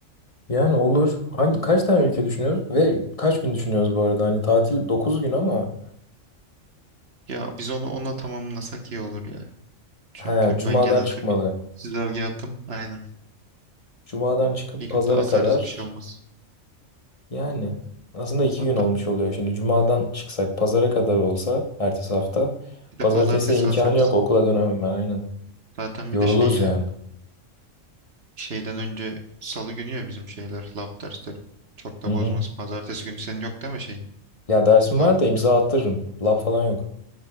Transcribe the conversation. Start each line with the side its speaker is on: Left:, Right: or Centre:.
Left: Yani olur. Hangi, kaç tane ülke düşünüyoruz? Ve kaç gün düşünüyoruz bu arada? Hani tatil dokuz gün ama
Right: Ya biz onu ona tamamlasak iyi olur ya. Çünkü
Left: he, Cuma'dan
Right: ben genel
Left: çıkmalı.
Right: bir çizelge yaptım. Aynen.
Left: Cuma'dan çıkıp
Right: Bir günde
Left: pazara
Right: asarız
Left: kadar
Right: bir şey olmaz.
Left: Yani aslında iki
Right: Hatta
Left: gün olmuş oluyor. Şimdi cumadan çıksak pazara kadar olsa ertesi hafta.
Right: bir de
Left: Pazartesi
Right: pazartesi
Left: imkanı
Right: asarız.
Left: yok okula dönemem ben aynen.
Right: Zaten
Left: Yoruluruz
Right: bir de şey ya.
Left: yani.
Right: Şeyden önce salı günü ya bizim şeyler lab dersleri. Çok da
Left: Hı hı.
Right: bozmaz. Pazartesi günü senin yok değil mi şeyin?
Left: Ya dersim
Right: Labın
Left: var da imza
Right: falan.
Left: attırırım. Lab falan yok.